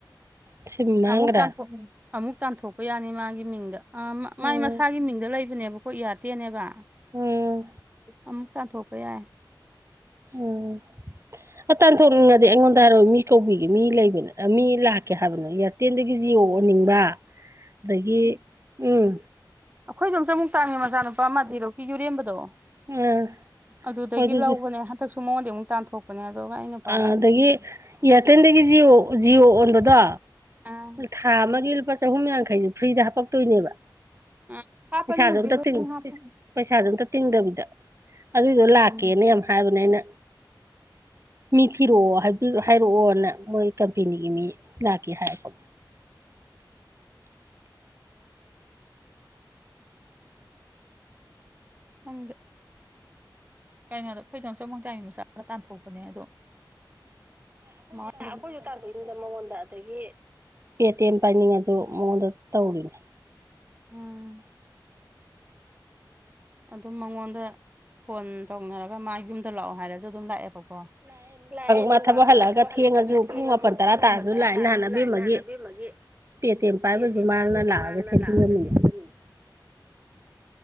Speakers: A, on the right (about 40°); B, on the right (about 20°).
A: ꯁꯤꯝ ꯃꯥꯡꯒ꯭ꯔꯦ
B: ꯑꯃꯨꯛ ꯇꯥꯟꯊꯣꯛ ꯑꯃꯨꯛ ꯇꯥꯟꯊꯣꯛꯄ ꯌꯥꯅꯤ ꯃꯥꯒꯤ ꯃꯤꯡꯗ
A: ꯎꯝ
B: ꯃꯥꯏ ꯃꯁꯥꯒꯤ ꯃꯤꯡꯗ ꯂꯩ ꯁꯤꯕꯅꯦꯕ ꯑꯩꯈ ꯌꯥꯗꯦꯅꯦꯕ
A: ꯎꯝ
B: ꯑꯃꯨꯛ ꯇꯥꯟꯊꯣꯛꯄ ꯌꯥꯏ
A: ꯎꯝ ꯑ ꯇꯥꯟꯊꯣꯛꯅꯤꯡꯉꯗꯤ ꯑꯩꯉꯣꯟꯗ ꯍꯥꯏꯔ ꯃꯤ ꯀꯧꯕꯤꯒꯦ ꯃꯤ ꯂꯩꯕꯅꯦ ꯃꯤ ꯂꯥꯛꯀꯦ ꯍꯥꯏꯕꯅꯦ ꯏꯌꯥꯔꯇꯦꯟꯗꯒꯤ ꯌꯣꯛꯑꯅꯤꯡꯕ ꯑꯗꯒꯤ ꯎꯝ
B: ꯑꯩꯈꯣꯏꯗꯣ ꯑꯃꯝ ꯆ ꯑꯃꯨꯛꯥꯡꯉ ꯃꯆꯥꯅꯨꯄꯥ ꯑꯃ ꯔꯣꯛꯀꯤ ꯌꯨꯔꯦꯝꯕꯗꯣ
A: ꯑꯥ
B: ꯑꯗꯨꯗꯒꯤ
A: ꯍꯣꯏ ꯑꯗꯨꯁꯨ
B: ꯂꯧꯕꯅꯦ ꯍꯟꯗꯛꯁꯨ ꯃꯉꯣꯟꯗ ꯑꯃꯨꯛ ꯇꯥꯟꯊꯣꯛꯄꯅꯦ ꯑꯗꯨꯒ ꯑꯩ ꯅꯨꯄꯥꯅ
A: ꯑ ꯑꯗꯒꯤ ꯏꯌꯥꯔꯇꯦꯜꯗꯒꯤ ꯖꯤꯑꯣ ꯖꯤꯑꯣ ꯑꯣꯟꯕꯗꯣ
B: ꯑꯥ
A: ꯊꯥ ꯑꯃꯒꯤ ꯂꯨꯄꯥ ꯆꯍꯨꯝ ꯌꯥꯡꯈꯩꯗꯨ ꯐ꯭ꯔꯤꯗ ꯍꯥꯞꯄꯛꯇꯣꯏꯅꯦꯕ
B: ꯑꯥ ꯍꯥꯞꯄꯅꯦ
A: ꯄꯩꯁꯥꯁꯨ
B: ꯍꯧꯖꯤꯛ
A: ꯇ
B: ꯂꯣꯏ ꯍꯥꯞꯄꯅꯦ
A: ꯄꯩꯁꯥꯁꯨ ꯇꯤꯡꯗꯕꯤꯗ ꯑꯗꯨꯏꯗꯣ
B: ꯎꯝ
A: ꯂꯥꯛꯀꯦꯅꯦ ꯍꯥꯏꯕꯅꯦ ꯑꯩꯅ ꯃꯤ ꯊꯤꯔꯛꯑꯣ ꯍꯥꯏꯔꯛꯑꯣꯅ ꯃꯣꯏ ꯀꯝꯄꯦꯅꯤꯒꯤ ꯃꯤ ꯂꯥꯛꯀꯦ ꯍꯥꯏꯔꯛꯄ
B: ꯪ ꯀꯩꯅꯣꯗ ꯑꯩꯈꯣꯏꯗ ꯑꯆ ꯃꯪꯆꯥꯒꯤ ꯃꯆꯥꯗ ꯇꯥꯟꯊꯣꯛꯄꯅꯦ ꯑꯗꯣ ꯎꯝ ꯑꯩꯈꯣꯏꯁꯨ ꯇꯥꯛꯄꯤꯣꯛꯏꯅꯤꯗ ꯃꯉꯣꯟꯗ ꯑꯗꯒꯤ
A: ꯄꯦ ꯇꯤ ꯑꯦꯝ ꯄꯥꯏꯅꯤꯡꯉꯁꯨ ꯃꯉꯣꯟꯗ ꯇꯧꯔꯤꯅꯦ
B: ꯎꯝ ꯑꯗꯨꯝ ꯃꯉꯣꯟꯗ ꯐꯣꯟ ꯇꯧꯅꯔꯒ ꯃꯥ ꯌꯨꯝꯗ ꯂꯥꯛꯑꯣ ꯍꯥꯏꯔꯁꯨ ꯑꯗꯨꯝ ꯂꯥꯛꯑꯦꯕꯀꯣ ꯂꯥꯛꯑꯦ
A: ꯃꯥ
B: ꯅꯨꯡꯗꯥꯡ ꯋꯥ ꯊꯕꯛ
A: ꯊꯦꯡꯉꯁꯨ
B: ꯍꯜꯂꯛꯑꯒ ꯊꯦꯡꯉꯁꯨ
A: ꯄꯨꯡ ꯃꯥꯄꯟ ꯇꯔꯥ
B: ꯄꯨꯡ ꯃꯥꯄꯜ ꯇꯔꯥ
A: ꯂꯥꯛꯑꯦ
B: ꯇꯥꯔꯁꯨ
A: ꯅꯍꯥꯟ ꯑꯕꯦꯝꯃꯒꯤ
B: ꯂꯥꯛꯑꯦ ꯅꯍꯥꯟꯕꯤ ꯑꯃꯒꯤ
A: ꯄꯦ ꯇꯤ ꯑꯦꯝ
B: ꯇꯦꯜ
A: ꯃꯥꯅ
B: ꯄꯥꯏꯕꯩꯁꯨ
A: ꯂꯥꯛꯑꯒ
B: ꯃꯥꯅ
A: ꯁꯦꯝꯕꯤꯔꯝꯃꯤꯅꯦ
B: ꯂꯥꯛꯑꯒꯕꯤ